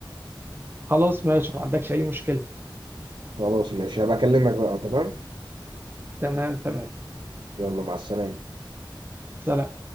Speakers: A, on the right; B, on the right.
A: خلاص ماشي ما عندكش أي مشكلة
B: خلاص ماشي هبقى اكلمك بقى تمام
A: تمام تمام
B: يلا مع السلامة
A: سلام